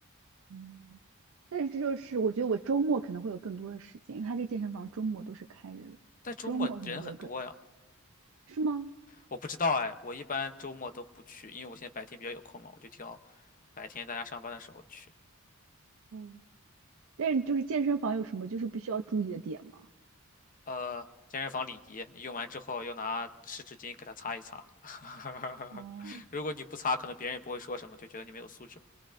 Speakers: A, on the right (about 65°); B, on the left (about 40°).
A: 嗯，但是这就是我觉得我周末可能会有更多的时间，因为他这健身房周末都是开着的，
B: 但周末人很多呀。
A: 周末可能会有更，是吗？
B: 我不知道哎，我一般周末都不去，因为我现在白天比较有空嘛，我就挑白天大家上班的时候去。
A: 嗯，但是就是健身房有什么就是必须要注意的点吗？
B: 呃，健身房礼仪，你用完之后要拿湿纸巾给它擦一擦。<laughs>
A: 哦，
B: 如果你不擦，可能别人也不会说什么，就觉得你没有素质吧。